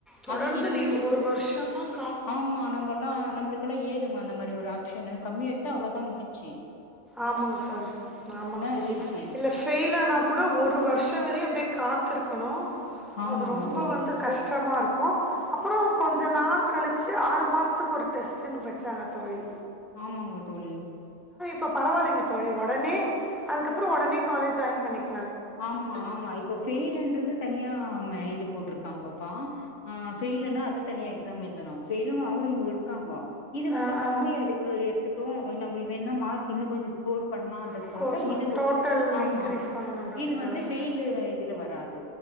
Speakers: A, in the centre; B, on the left.
A: தொடர்ந்து
B: அது இப்ப
A: நீ ஒரு வருஷம் தான்
B: ஆமா நம்மல்லாம் நம்மளுக்கெல்லாம் ஏதுங்க அந்த மாதிரி அப்டி ஒரு ஆப்ஷன் கம்மியா எடுத்தா அவ்ளோான் முடிச்சி
A: ஆமாங்க தோழி ஆமாங்க
B: இருந்ச்சு
A: இல்ல ஃபெயில் ஆனா கூட ஒரு வருஷம் வரையும் அப்டியே காத்துருக் கணும்
B: ஆமாங்க
A: அது ரொம்ப
B: தோழி
A: வந்து கஷ்டமா இருக்கும் அப்புறம் கொஞ்சம் நாள் கழிச்சி ஆறு மாசத்துக்கு ஒரு டெஸ்ட்டுன்னு வச்சாங்க தோழி
B: ஆமாங்க தோழி
A: த பரவாயில்ங்க தோழி உடனே அதுக்கப்பறம் உடனே காலேஜ் ஜாயின் பண்ணிக்
B: ஆமா ஆமா இப்ப ஃபெயில் என்றது தனியா ஆமா இது போட்டிருக்காங்கப்பா ஃபெயலுனா அது தனியா எக்ஸாம் எழுதனும் பெஃயிலும் அவருங்க இருக்காங்ககோ இது வந்து
A: ஆ ஆ
B: கம்மியா எடுக்க எடுத்துட்டோம் நம்ப வேன்ன மார்க் இன்னும் கொஞ்சம் ஸ்கோர் பண்ணலாம்ன்றக்காக
A: ஸ்கோர் பண்
B: இது
A: டோட்டல்
B: ஆமா
A: இன்க்ரீஸ் பண்ணணுன்றதுக்காக
B: இது வந்து பெயிலு இதுல வராது